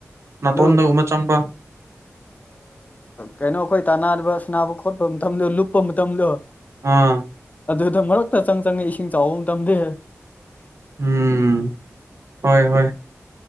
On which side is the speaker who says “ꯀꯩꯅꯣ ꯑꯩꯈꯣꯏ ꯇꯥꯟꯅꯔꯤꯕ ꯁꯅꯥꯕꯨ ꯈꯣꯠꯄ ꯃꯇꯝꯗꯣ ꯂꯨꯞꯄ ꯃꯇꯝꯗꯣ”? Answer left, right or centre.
Left